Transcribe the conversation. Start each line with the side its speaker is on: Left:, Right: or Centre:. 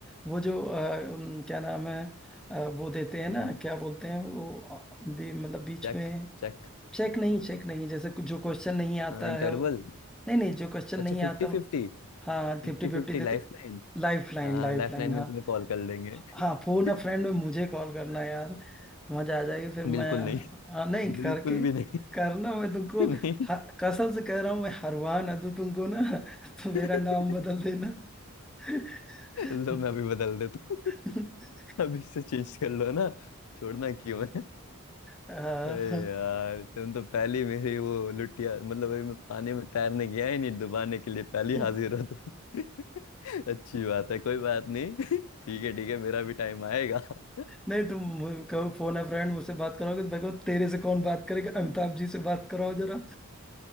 Centre: वो जो अ, उम, क्या नाम है अ, वो देते हैं ना
Left: हम्म
Centre: क्या बोलते हैं वो अ, भी मतलब बीच
Left: चेक
Centre: में
Left: चेक
Centre: चेक नहीं चेक नहीं जैसे कुछ- जो क्वेश्चन नहीं आता
Left: इंटरवल
Centre: है वो- नहीं नहीं जो क्वेश्चन
Left: अच्छा
Centre: नहीं
Left: fifty
Centre: आता
Left: fifty
Centre: वो- हाँ
Left: Fifty
Centre: फिफ्टी फिफ्टी
Left: fifty
Centre: देते
Left: lifeline
Centre: लाइफ लाइन
Left: हाँ
Centre: लाइफ
Left: लाइफ
Centre: लाइन
Left: लाइन में
Centre: हाँ
Left: तुम्हें कॉल कर लेंगे <laughs>
Centre: हाँ फोन अ फ्रेंड में मुझे कॉल करना यार मजा आ जाएगी फिर मैं
Left: बिल्कुल नहीं
Centre: हाँ नहीं करके
Left: बिल्कुल भी नहीं
Centre: करना मैं तुमको
Left: नहीं
Centre: ह- कसम से कह रहा हूँ मैं हरवा ना दूं तुमको ना <laughs> तो
Left: <laughs>
Centre: मेरा नाम बदल देना <laughs>
Left: लो मैं अभी बदल देता हूँ
Centre: <laughs>
Left: <laughs> अभी से चेंज कर लो ना छोड़ना क्यों है
Centre: आह,
Left: अरे यार तुम तो पहली मेरी वो लुटिया मतलब अभी मैं पानी में तैरने गया ही नहीं डुबाने के लिए पहली
Centre: नहीं
Left: हाजिर हो तुम <laughs> अच्छी बात है कोई बात नहीं <laughs> ठीक है ठीक है मेरा भी टाइम आएगा <laughs>
Centre: नहीं तुम कहो फोन है फ्रेंड मुझसे बात करोगे तो भाई कहो तेरे से कौन बात करेगा अमिताभ जी से बात कराओ जरा